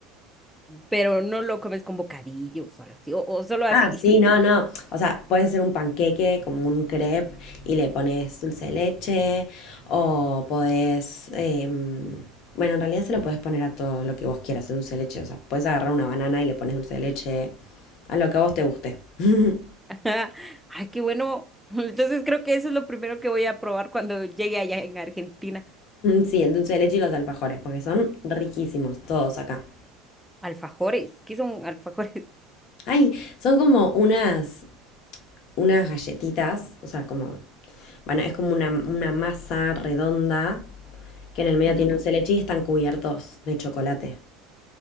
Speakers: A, in the centre; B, on the left.
A: Pero no lo comes con bocadillos o solo así, o, o solo
B: Ah,
A: así.
B: sí,
A: <laughs>
B: no, no. O sea, puedes hacer un panqueque como un crepe y le pones dulce de leche o podés... em, bueno, en realidad se lo podés poner a todo lo que vos quieras, el dulce de leche. O sea, podés agarrar una banana y le pones dulce de leche a lo que a vos te guste. <laughs>
A: Ajá. Ay, qué bueno. <laughs> Entonces creo que eso es lo primero que voy a probar cuando llegue allá en Argentina.
B: Sí, el dulce de leche y los alfajores, porque son riquísimos todos acá.
A: Alfajores. ¿Qué son alfajores?
B: Ay, son como unas, unas galletitas, o sea, como... Bueno, es como una, una masa redonda que
A: <laughs>
B: en el medio
A: Ujú.
B: tiene un celechi y están cubiertos de chocolate.